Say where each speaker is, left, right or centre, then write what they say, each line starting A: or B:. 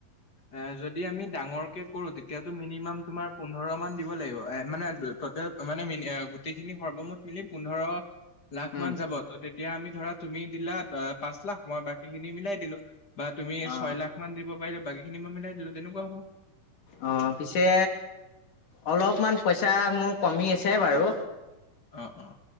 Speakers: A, on the left; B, on the left.
A: এ যদি আমি ডাঙৰ কে কৰো, তেতিয়াতো মিনিমাম তোমাৰ পোন্ধৰ মান দিব লাগিব মানে তাতে মানে গোটেইখিনি সৰ্বমুঠ মিলি পোন্ধৰ- লাখ
B: উম।
A: মান যাব ত তেতিয়া আমি ধৰা তুমি দিলা পাঁচ লাখ মই বাকী খিনি মিলাই দিলো। বা তুমি
B: অ
A: ছয় লাখ মান দিব পাৰিলে বাকী খিনি মই মিলাই দিলো তেনেকুৱা হ'ব।
B: অ পিছে অলপমান পইচা মোৰ কমি আছে বাৰু
A: অ অ।